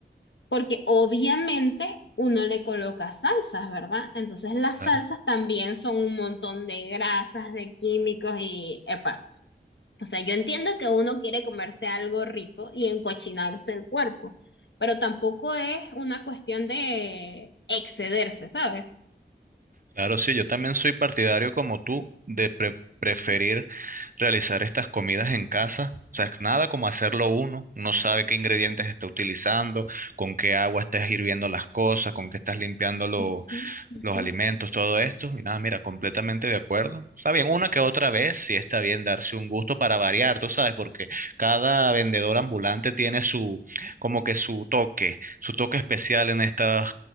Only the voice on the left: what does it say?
porque obviamente uno le coloca salsas, ¿verdad? Entonces, las
salsas también son un montón de grasas, de químicos y, epa. O sea, yo entiendo que uno quiere comerse algo rico y encochinarse el cuerpo, pero tampoco es una cuestión de excederse, ¿sabes?
Ujú, ujú.